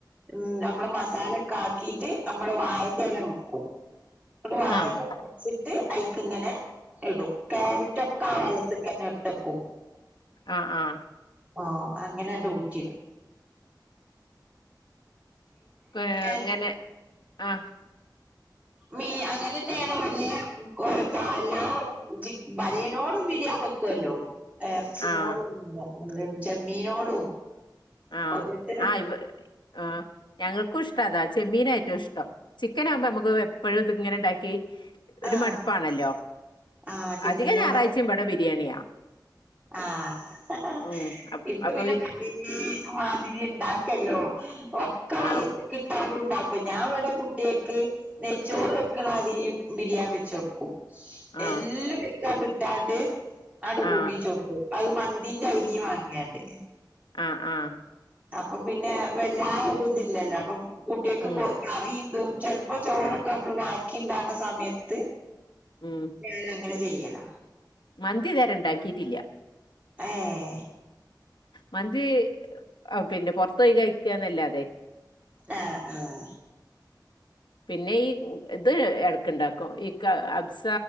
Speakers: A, on the right; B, on the left.
A: ഉ നമ്മള് മസാല ഒക്കെ ആക്കീട്ട് നമ്മള വായന്റല വക്കും നമ്മള വായന്റെ
B: ആഹ്
A: ച്ചിട്ട് അയ്ക്ക് ഇങ്ങനെ ഇടും ക്യാരറ്റൊക്കെ ആ വള്ളത്തിക്കന്നെ ഇട്ടക്കും
B: ആഹ് ആഹ്
A: ആഹ് അങ്ങനാണ്ട്
B: ഉം
A: ഊററിടും
B: ഉം. ആഹ്
A: എന്ത്
B: അങ്ങനെ ആഹ്
A: മീൻ അങ്ങനെ തന്നെയാണ് വലിയ <unintelligible> ബിരിയാ ക്കല്ലോ ഇർച്ചിനോടും
B: ആഹ്
A: ചെമ്മീനോടും
B: ആഹ്
A: ഓരോരുത്തര്
B: ആഹ് ഇവ ആഹ് ഞങ്ങൾക്കും ഇഷ്ട അതാ ചെമ്മീന ഏറ്റവും ഇഷ്ടം ചിക്കൻ ആകുമ്പോ നമുക്ക് എപ്പഴും ഇത് ഇങ്ങനെ ഉണ്ടാക്കി ഒരു
A: ആഹ്
B: മടുപ്പാണല്ലോ
A: ആഹ് ചെമ്മീനോടൊ
B: അധിക ഞായറാഴ്ചയും ഇബടെ ബിരിയാണിയാ.
A: ആഹ്
B: ഉം അപ്
A: ഇപ്പൊ
B: അപ്പൊ
A: പിന്നെ <unintelligible> ഈ മാതിരി ഉണ്ടാക്കല്ലോ ഒക്കെ <unintelligible>
B: ആഹ്
A: കിട്ടാണ്ട് ഉണ്ടാക്കും ഞാൻ അവിടെ കുട്ടിയക്ക് നെയ്ച്ചോറ് വെക്കണ ആതിരി ബിരിയാ വെച്ചു കൊടുക്കും
B: ആഹ്
A: എല്ലാം <unintelligible> കിട്ടാണ്ട് ആണ്ട് കുൂക്കിച്ചുടുത്തു
B: ആഹ്
A: അത് മന്തീന്റെ ആയി ഈ വാങ്ങിയാണ്ട്
B: ആ ആഹ്
A: അപ്പൊ പിന്നെ വല്ലാതെ ഒര് ഇതില്ലല്ലോ അപ്പൊ കുട്ടിയെക്ക്
B: ഉം
A: കൊ ചൊറിയിതും <unintelligible> അപ്പൊ ചോറൊക്കെ നമ്മള് വാക്കിണ്ടക്ണ സമയത്ത്.
B: ഉം.
A: ഞാനങ്ങനെ ചെയ്യല.
B: മന്തിതരെ ഉണ്ടാക്കിയിട്ടില്ല.
A: ഏ.
B: മന്തി, അ പിന്നെ പുറത്തൊയി കഴിക്കന്നല്ലാതെ
A: ആഹ് ആഹ്
B: പിന്നെയീ ഇത് എടക്കുണ്ടാക്കും ഈ കബ്സ